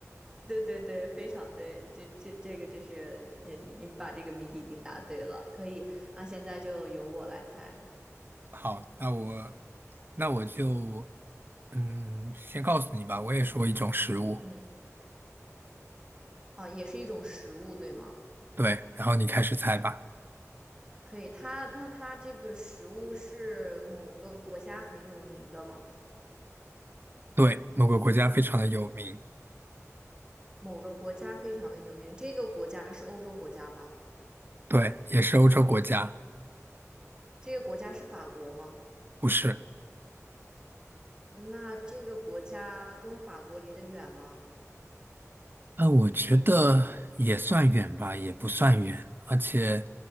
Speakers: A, on the right; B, on the right.
A: 对对对，非常对。这这这个就是，呃你你把这个谜底已经答对了，可以啊。现在就由我来猜。
B: 好，那我那我就嗯，先告诉你吧，我也说一种食物，
A: 嗯，啊，也是一种食物，对吗？
B: 对，然后你开始猜吧。
A: 可以。它那它这个食物是某个国家很有名的吗？
B: 对，某个国家非常的有名，
A: 某个国家非常的有名，这个国家是欧洲国家吗？
B: 对，也是欧洲国家，
A: 这个国家是法国吗？
B: 不是。
A: 那这个国家跟法国离得远吗？
B: 呃，我觉得也算远吧，也不算远，而且